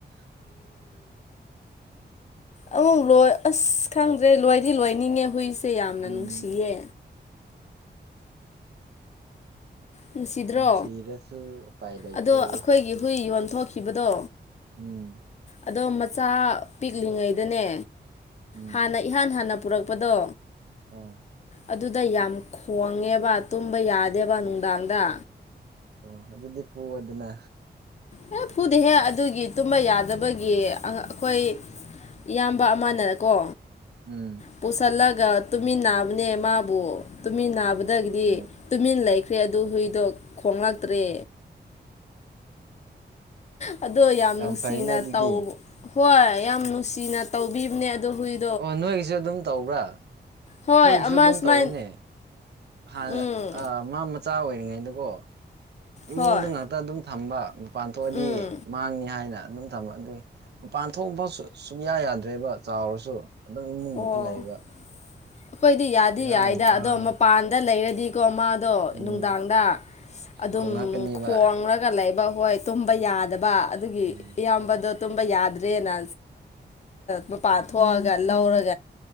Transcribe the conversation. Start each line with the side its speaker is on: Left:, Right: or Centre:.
Right: <inaudible>
Left: ꯑꯃꯨꯛ ꯂꯣꯏ ꯑꯁ ꯈꯪꯗ꯭ꯔꯦ ꯂꯣꯏꯗꯤ ꯂꯣꯏꯅꯤꯡꯉꯦ ꯍꯨꯏꯁꯦ ꯌꯥꯝꯅ
Right: ꯎꯝ
Left: ꯅꯨꯡꯁꯤꯌꯦ ꯅꯨꯡꯁꯤꯗ꯭ꯔꯣ
Right: ꯅꯨꯡꯁꯤꯔꯁꯨ ꯎꯄꯥꯏ ꯂꯩꯇ꯭ꯔꯦ
Left: ꯑꯗꯣ ꯑꯈꯣꯏꯒꯤ ꯍꯨꯏ ꯌꯣꯟꯊꯣꯛꯈꯤꯕꯗꯣ
Right: ꯎꯝ
Left: ꯑꯗꯣ ꯃꯆꯥ ꯄꯤꯛꯂꯤꯉꯩꯗꯅꯦ
Right: ꯎꯝ
Left: ꯍꯥꯟꯅ ꯏꯍꯥꯟ ꯍꯥꯟꯅ ꯄꯨꯔꯛꯄꯗꯣ
Right: ꯑꯥ
Left: ꯑꯗꯨꯗ ꯌꯥꯝ ꯈꯣꯡꯉꯦꯕ ꯇꯨꯝꯕ ꯌꯥꯗꯦꯕ ꯅꯨꯡꯗꯥꯡꯗ
Right: ꯑꯣ ꯑꯗꯨꯗꯤ ꯄꯨꯑꯣꯗꯅ
Left: ꯍꯦ ꯐꯨꯗꯤꯍꯦ ꯑꯗꯨꯒꯤ ꯇꯨꯝꯕ ꯌꯥꯗꯕꯒꯤ ꯑꯩꯈꯣꯏ ꯏꯌꯥꯝꯕ ꯑꯃꯅ ꯀꯣ
Right: ꯎꯝ
Left: ꯄꯨꯁꯤꯜꯂꯒ ꯇꯨꯃꯤꯟ ꯅꯥꯕꯅꯦ ꯃꯥꯕꯨ ꯇꯨꯃꯤꯟ ꯅꯥꯕꯗꯒꯤꯗꯤ
Right: ꯑꯣ
Left: ꯇꯨꯃꯤꯟ ꯂꯩꯈ꯭ꯔꯦ ꯑꯗꯨ ꯍꯨꯏꯗꯣ ꯈꯣꯡꯉꯛꯇ꯭ꯔꯦ ꯑꯣ ꯌꯥꯝ ꯅꯨꯡꯁꯤꯅ
Right: ꯐꯩꯅ ꯑꯗꯨꯗꯤ
Left: ꯇꯧꯕ ꯍꯣꯏ ꯌꯥꯝ ꯅꯨꯡꯁꯤꯅ ꯇꯧꯕꯤꯕꯅꯦ ꯑꯗꯣ ꯍꯨꯏ
Right: ꯑꯣ ꯅꯣꯏꯒꯤꯁꯨ ꯑꯗꯨꯝ ꯇꯧꯕ꯭ꯔꯥ
Left: ꯍꯣꯏ
Right: ꯑꯩꯈꯣꯏꯒꯤꯁꯨ
Left: ꯑꯃ
Right: ꯑꯗꯨꯝ
Left: ꯁꯨꯃꯥꯏ
Right: ꯇꯧꯋꯤꯅꯦ ꯍꯥꯟꯅ
Left: ꯎꯝ
Right: ꯑꯥ ꯃꯥ ꯃꯆꯥ ꯑꯣꯏꯔꯤꯉꯩꯗꯀꯣ ꯏꯃꯨꯡꯗ
Left: ꯍꯣꯏ
Right: ꯉꯥꯛꯇ ꯑꯗꯨꯝ ꯊꯝꯕ ꯃꯄꯥꯟ ꯊꯣꯛꯑꯗꯤ
Left: ꯎꯝ
Right: ꯃꯥꯡꯅꯤ ꯍꯥꯏꯅ ꯑꯗꯨꯝ <inaudible> ꯃꯄꯥꯟ ꯊꯣꯛꯄ ꯁꯨꯌꯥ ꯌꯥꯗ꯭ꯔꯦꯕ ꯆꯥꯎꯔꯁꯨ ꯑꯗꯨꯝ ꯏꯃꯨꯡ ꯉꯥꯛꯇ
Left: ꯑꯣ
Right: ꯂꯩꯌꯦꯕ
Left: ꯑꯩꯈꯣꯏꯗꯤ ꯌꯥꯗꯤ
Right: ꯕꯦꯔꯥ
Left: ꯌꯥꯏꯗ
Right: ꯌꯥꯝ ꯀꯥꯕꯅꯤ
Left: ꯑꯗꯣ ꯃꯄꯥꯟꯗ ꯂꯩꯔꯗꯤ ꯀꫭ ꯃꯥꯗ‌ꯣ
Right: ꯎꯝ
Left: ꯅꯨꯡꯗꯥꯡꯗ ꯑꯗꯨꯝ
Right: ꯈꯣꯡꯉꯛꯀꯅꯤꯕ
Left: ꯈꯣꯡꯔꯒ ꯂꯩ ꯕ ꯍꯣꯏ ꯇꯨꯝꯕ ꯌꯥꯗꯕ ꯑꯗꯨꯒꯤ
Right: ꯎꯝ
Left: ꯏꯌꯥꯝꯕꯗꯣ ꯇꯨꯝꯕ ꯌꯥꯗ꯭ꯔꯦꯅ ꯃꯄꯥꯟ ꯊꯣꯛꯑꯒ ꯂꯧꯔꯒ